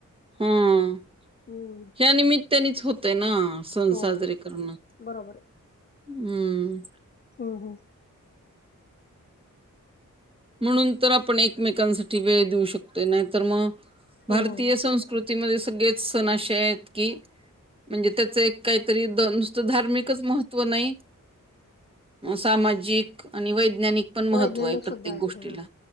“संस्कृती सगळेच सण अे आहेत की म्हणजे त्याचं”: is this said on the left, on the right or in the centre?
Right